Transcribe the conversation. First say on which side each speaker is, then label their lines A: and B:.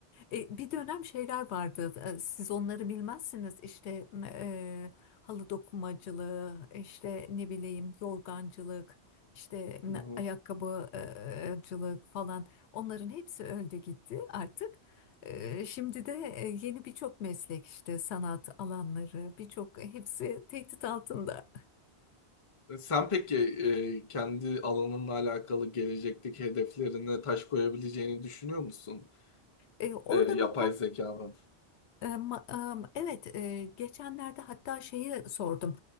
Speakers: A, on the left; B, on the left.
A: E, bir dönem şeyler vardı. e, Siz onları bilmezsiniz. İşte e, halı dokumacılığı, işte ne bileyim yorgancılık, işte
B: Hı hı.
A: ayakkabıcılık falan. Onların hepsi öldü gitti artık. E, şimdi de e, yeni birçok meslek işte sanat alanları birçok e, hepsi tehdit altında.
B: E, Sen peki e, kendi alanınla alakalı gelecekteki hedeflerine taş koyabileceğini düşünüyor musun?
A: E, orada
B: E, yapay
A: mı?
B: zekanın.
A: Em, em, Evet, e, geçenlerde hatta şeyi sordum.